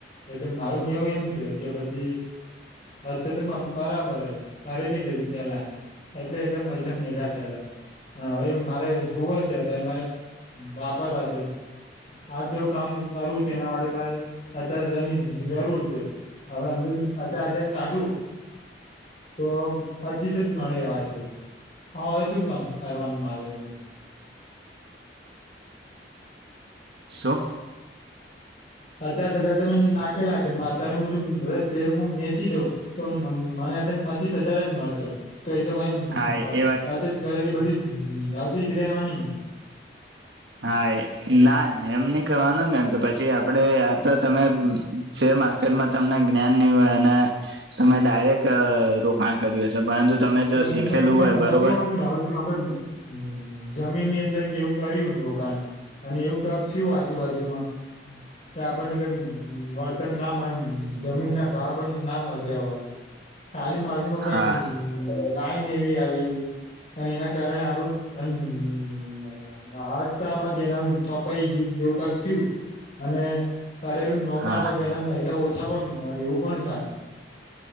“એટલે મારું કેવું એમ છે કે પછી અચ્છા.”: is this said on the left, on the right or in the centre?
Left